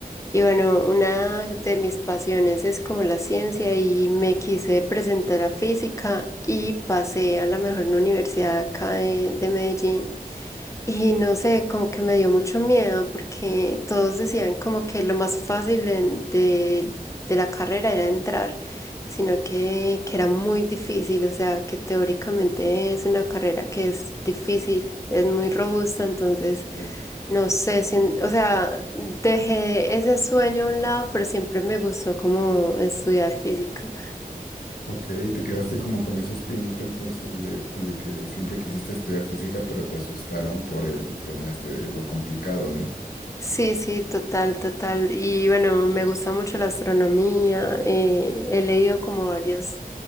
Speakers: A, on the left; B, on the left.
A: Y bueno, una
B: bueno,
A: de mis pasiones es como la ciencia y me quise presentar a física y pasé a la mejor universidad acá de, de Medellín. Y no sé, como que me dio mucho miedo porque todos decían como que lo más fácil de, de- de la carrera era entrar, sino que, que era muy difícil, o sea, que teóricamente es una carrera que es difícil, es muy robusta, entonces
B: sí.
A: no sé, sin- o sea, dejé ese sueño a un lado, pero siempre me gustó como estudiar física.
B: Ok, te quedaste como con esa espinita entonces de, de que siempre quisiste estudiar física, pero te asustaron por el tema este de lo complicado, ¿no?
A: Sí, sí, total, total. Y bueno, me gusta mucho la astronomía. eh, he leído como varios